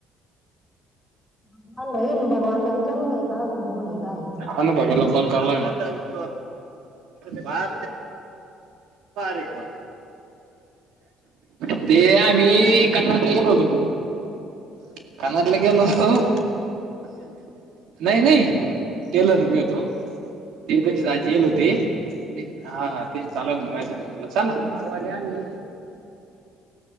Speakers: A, in the centre; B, on the right (about 70°).
A: भगवान राहीन भगवानला विचारून घ्यायचं अजून कोणी काय <unintelligible>
B: हां ना बघायला कॉल कराय लागणार <unintelligible> <unintelligible> वा रे वा <unintelligible> ते आम्ही <unintelligible> <unintelligible> <unintelligible> <unintelligible> <unintelligible> नाही नाही टेलर मी होतो. <unintelligible> ते त्यांची <unintelligible> <unintelligible> ते हां हां ते <unintelligible> म्हणलं चला अरं <unintelligible> मी